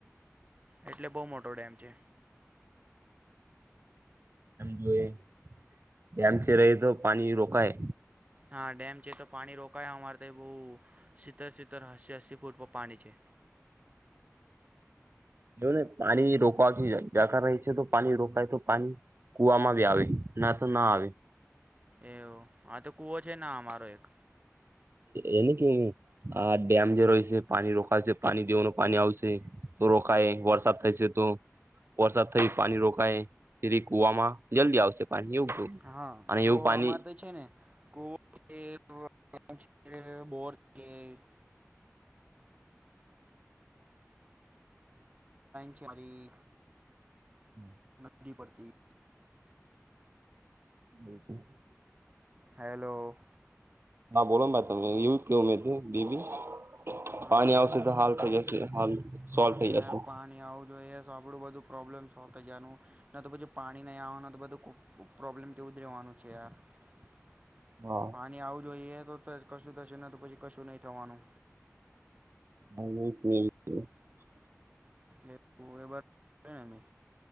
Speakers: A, on the right; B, on the right.
A: એટલે બહુ મોટો ડેમ છે.
B: જોઈએ, ડેમ છે રહે તો પાણી રોકાય.
A: હા ડેમ છે તો પાણી રોકાય અમારે તો બહુ સિતેર સિતેતર અસ્સી અસ્સી ફૂટ પર પાણી છે
B: જો ને પાણી રોકવાથી જતા રહી છે, તો પાણી રોકાય તો પાણી? કુવા માં બી આવે, ના તો ના આવે.
A: એમ આ તો કુવો છે, ના અમારો એક.
B: એને કેવું આ ડેમ જે રોય છે. પાણી રોખાય છે પાણી દેવાનું પાણી આવશે. તો રોખાય વરસાદ થાય છે તો, વરસાદ થઈ પાણી રોકાય, ફરી કુવામાં જલ્દી આવશે પાણી એવું કેવું
A: હા
B: અને
A: તો
B: એવું પાણી
A: અમારે તો છે ને <unintelligible> બોર છે <inaudible> છેરી
B: હમ <inaudible>
A: <inaudible> પડતી
B: બ તો <unintelligible>
A: હેલો!
B: બોલો ને ભાઈ તમે એવું કેવ ઉમે બેબી?
A: હા
B: પાણી આવશે, તો હાલ થઈ જશે હાલ
A: હા
B: સોલ્વ થઈ
A: યાર
B: જશે
A: પાણી આવું જોઈએ તો આપણું બધું પ્રોબ્લેમ સોલ્વ થઈ જવાનું ન, તો પછું પાણી નહીં આવવાનું તો બધું ખૂ પ્રોબ્લેમ તેવું જ રહેવાનું છે, યાર. <unintelligible>
B: હા
A: પાણી આવું જોઈએ તો કશું થશે, તો પછી કશું નહીં થવાનું.
B: <unintelligible>
A: એ બરાબર. ને મેં